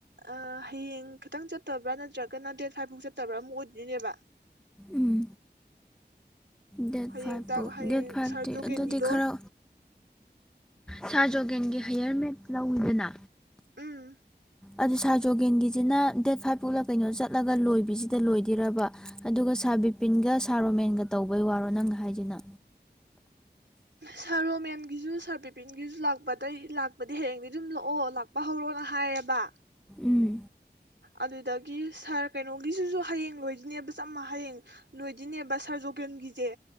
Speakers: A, on the right; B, in the centre.
A: ꯑꯥ ꯍꯌꯦꯡ ꯈꯤꯇꯪ ꯆꯠꯇꯕ꯭ꯔꯥ ꯅꯠꯇꯔꯒꯅ ꯗꯦꯠ ꯐꯥꯏꯚ ꯐꯥꯎ ꯆꯠꯇꯕ꯭ꯔꯥ ꯑꯃ ꯑꯣꯏꯗꯣꯏꯅꯦꯕ
B: ꯎꯝ ꯗꯦꯠ
A: ꯍꯌꯦꯡ
B: ꯐꯥꯏꯚ
A: ꯇꯥꯛ
B: ꯐꯥꯎ
A: ꯍꯌꯦꯡ
B: ꯗꯦꯠ ꯐꯥꯏꯚꯇꯤ
A: ꯁꯥꯔ ꯖꯣꯒꯦꯟꯒꯤꯗꯣ
B: ꯑꯗꯨꯗꯤ ꯈꯔ ꯁꯥꯔ ꯖꯣꯒꯦꯟꯒꯤ ꯍꯥꯏꯌꯔ ꯃꯦꯠꯁ ꯂꯧꯏꯗꯅ
A: ꯎꯝ
B: ꯑꯗꯨ ꯁꯥꯔꯖꯣꯒꯦꯟꯒꯤꯖꯤꯅ ꯗꯦꯠ ꯐꯥꯏꯚ ꯄꯨꯛꯂ ꯀꯩꯅꯣ ꯆꯠꯂꯒ ꯂꯣꯏꯕꯤꯖꯤꯗ ꯂꯣꯏꯗꯣꯏꯔꯕ ꯑꯗꯨꯒ ꯁꯥꯔ ꯕꯤꯄꯤꯟꯒ ꯁꯥꯔ ꯖꯣꯒꯦꯟꯒ ꯇꯧꯕꯩ ꯋꯥꯔꯣ ꯅꯪ ꯍꯥꯏꯖꯤꯅ
A: ꯁꯥꯔ ꯔꯣꯃꯦꯟꯒꯤꯖꯨ ꯁꯥꯔ ꯕꯤꯄꯤꯟꯒꯤꯁꯨ ꯂꯥꯛꯄꯗꯩ ꯂꯥꯛꯄꯗꯤ ꯍꯌꯦꯡꯗꯩ ꯑꯗꯨꯝ ꯂꯥꯛꯑꯣ ꯂꯥꯛꯄ ꯍꯧꯔꯣꯅ ꯍꯥꯏꯌꯦꯕ
B: ꯎꯝ
A: ꯑꯗꯨꯗꯒꯤ ꯁꯥꯔ ꯀꯩꯅꯣꯒꯤꯁꯤꯁꯨ ꯍꯌꯦꯡ ꯂꯣꯏꯗꯣꯏꯅꯦꯕ ꯆꯞ ꯃ ꯍꯌꯦꯡ ꯂꯣꯏꯗꯣꯏꯅꯦꯕ ꯁꯥꯔ ꯖꯣꯒꯦꯟꯒꯤꯖꯦ